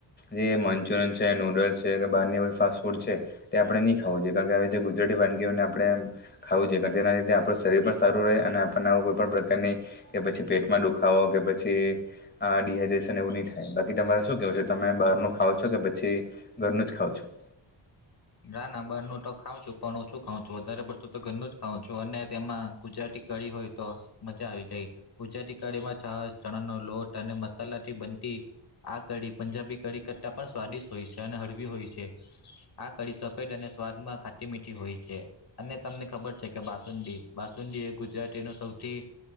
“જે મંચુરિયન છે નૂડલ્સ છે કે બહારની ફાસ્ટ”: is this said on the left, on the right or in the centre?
Left